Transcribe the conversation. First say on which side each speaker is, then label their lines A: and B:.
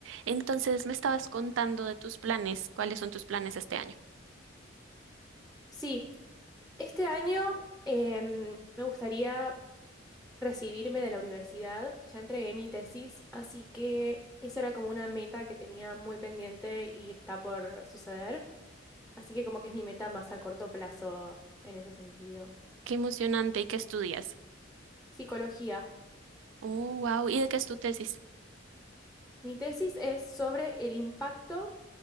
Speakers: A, on the right; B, in the centre.
A: Entonces, me estabas contando de tus planes. ¿Cuáles son tus planes este año?
B: Sí, este año em, me gustaría recibirme de la universidad. Ya entregué mi tesis, así que eso era como una meta que tenía muy pendiente y está por suceder. Así que como que es mi meta más a corto plazo en ese sentido.
A: Qué emocionante y qué estudias.
B: Psicología.
A: Oh, wow. ¿Y de qué es tu tesis?
B: Mi tesis es sobre el impacto